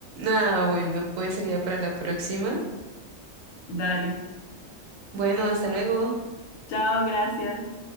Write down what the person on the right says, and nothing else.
Ah, bueno, pues sería para la próxima.
Bueno, hasta luego.